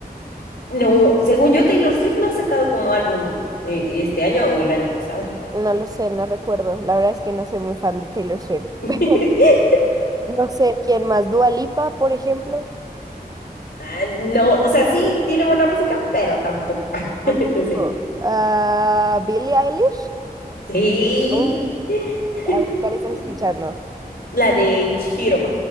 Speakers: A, on the left; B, on the right.
A: No, según yo, Taylor Swift no ha sacado como álbum eh, este año o el año pasado.
B: No lo sé, no recuerdo. La verdad es que no soy muy fan de Taylor Swift.
A: <laughs>
B: <laughs> No sé quién más, Dua Lipa, por ejemplo.
A: Ah, no, o sea, sí tiene buena música, pero tampoco.
B: Tampoco.
A: <laughs> No sé.
B: Ah, Billie Eilish.
A: Sí.
B: Uh,
A: <laughs>
B: a ver, ¿cuál estás escuchando?
A: La de Chihiro.